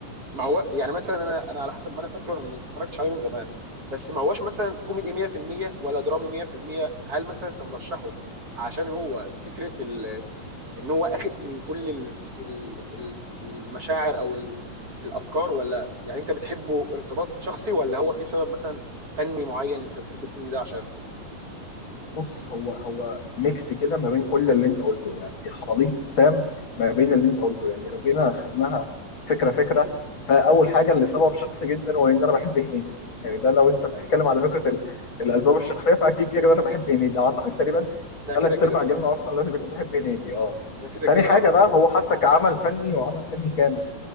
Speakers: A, on the right; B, on the left.
A: ما هو يعني مثلا انا انا على حسب ما انا فاكره انا ما اتفرجتش عليه من زمان بس ما هوش مثلا كوميدي 100% ولا درامي 100% هل مثلا انت مرشحه عشان هو فكره ان هو اخد من كل ال ال ال المشاعر او ال الافكار ولا يعني انت بتحبه ارتباط شخصي ولا هو في سبب مثلا فني معين انت بتحب الفيلم ده عشان
B: بص هو هو ميكس كده ما بين كل اللي انت قلته يعني خليط تام ما بين اللي انت قلته يعني لو جينا خدناها فكره فكره فاول حاجه اللي سبب شخصي جدا هو ان انا بحب هنيدي يعني ده لو انت بتتكلم
A: ايوه
B: على فكره ال- الاسباب الشخصيه فاكيد كده انا بحب هنيدي اعتقد تقريبا
A: ده
B: ثلاث
A: كده كده
B: ارباع جيلنا اصلا لازم يكون بيحب هنيدي اه
A: ده كده
B: تاني
A: كده
B: حاجه
A: اه
B: بقى هو حتى كعمل فني وعمل فني كامل